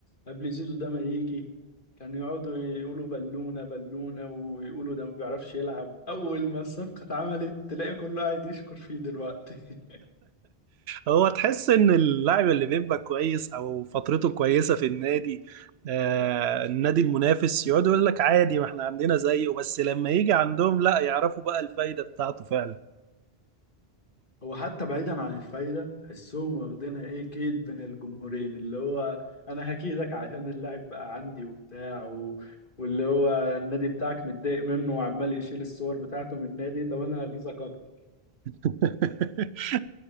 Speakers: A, on the left; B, on the right.
A: قبل زيزو ده ما يجي كانوا يقعدوا يقولوا بالونة بالونة ويقولوا ده ما بيعرفش يلعب اول ما الصفقة اتعملت تلاقي كله قاعد يشكر فيه دلوقتي <laughs>
B: هو تحس ان اللاعب اللي بيبقى كويس او فترته كويسة في النادي آه النادي المنافس يقعد يقول لك عادي ما احنا عندنا زيه بس لما يجي عندهم لا يعرفوا بقى الفايدة بتاعته فعلا
A: هو حتى بعيدا عن الفايدة تحسهم واخدينها ايه كيد بين الجمهورين اللي هو انا هكيدك عشان اللاعب بقى عندي وبتاع و... واللي هو النادي بتاعك متضايق منه وعمال يشيل الصور بتاعته من النادي طب انا هغيظك اكتر
B: <laughs>